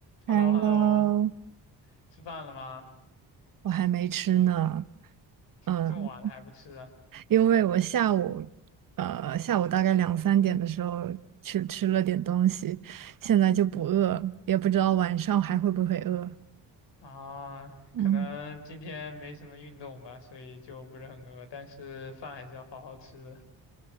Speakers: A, on the left (about 80°); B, on the right (about 50°).
A: h
B: Hello，
A: e l l o h e l l o 吃饭了吗？
B: 我还没吃呢。嗯，
A: 这么晚了还不吃啊？
B: 因为我下午，呃，下午大概两三点的时候去吃了点东西，现在就不饿，也不知道晚上还会不会饿。
A: 啊，
B: 嗯，
A: 可能今天没什么运动吧，所以就不是很饿，但是饭还是要好好吃的。